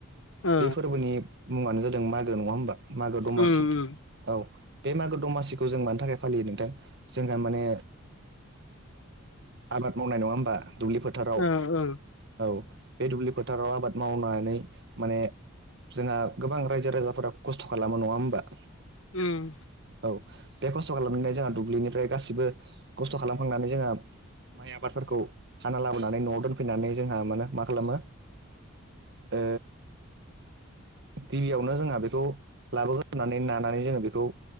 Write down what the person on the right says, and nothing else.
बे फोरबोनि मुङानो जादों मागो नङा होमबा मागो दमासि
औ बे मागो दमासिखौ जों मानि थाखाय फालियो नोंथां जोंहा माने आबाद मावनाय नङा होमबा दुब्लिफोर फोथाराव
औ बे दुब्लि फोथाराव आबाद मावनानै माने जोंहा गोबां रायजो राजाफोरा खस्थ' खालामो नङा होमबा
औ बे खस्थ' खालामनानै जोंहा दुब्लिनिफ्राय गासिबो खस्थ' खालामखांनानै जोंहा माइ आबादफोरखौ हाना लाबोनानै न'आव दोनफैनानै जोंहा मानो मा खालामो ओ गिबियावनो जोंहा बेखौ लाबोगोन होननानै नानानै जोङो बेखौ